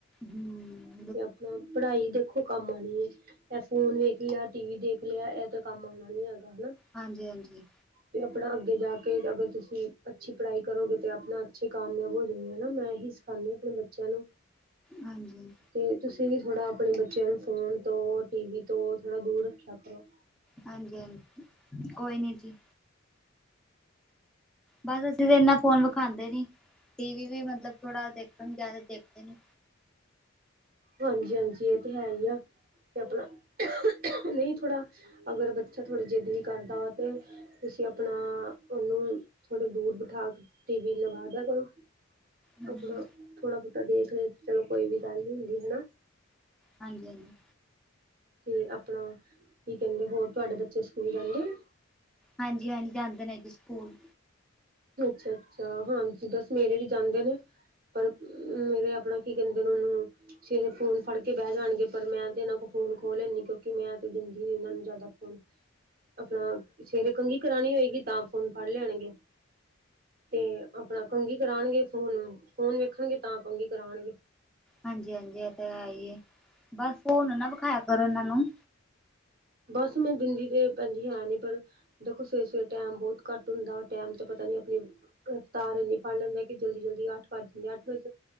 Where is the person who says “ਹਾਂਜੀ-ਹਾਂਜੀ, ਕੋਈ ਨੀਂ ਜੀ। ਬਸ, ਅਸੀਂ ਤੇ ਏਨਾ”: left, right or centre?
Centre